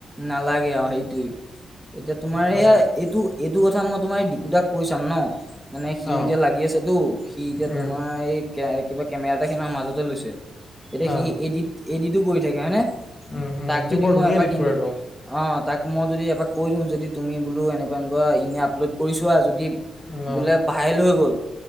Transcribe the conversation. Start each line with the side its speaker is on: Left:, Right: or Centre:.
Centre: নালাগে আৰু সেইটোয়ে এতিয়া তোমাৰ
Left: সঁচাকে
Centre: সেয়া এইটো এইটো কথা মই তোমাৰ এই দিকুতাক কৈ চাম ন মানে সিও
Left: অ
Centre: এতিয়া লাগি আছেটো সি এতিয়া
Left: উম
Centre: তোমাৰ এই কে কিবা কেমেৰা এটা কিনাৰ মাজত লৈছে এতিয়া
Left: অ
Centre: সি এদিত এদিতো কৰি থাকে হয়নে
Left: উম উম
Centre: তাক
Left: সি
Centre: যদি
Left: বৰ
Centre: মই
Left: ধুনীয়া
Centre: এপাক
Left: এডিট কৰে
Centre: অ তাক মই যদি এপাক কৈ দিওঁ যদি তুমি বোলো এনেকুৱা এনেকুৱা এনে আপলোড কৰি চোৱা আৰু যদি
Left: উম
Centre: বোলে
Left: অ
Centre: ভাইৰেল হৈ গ'ল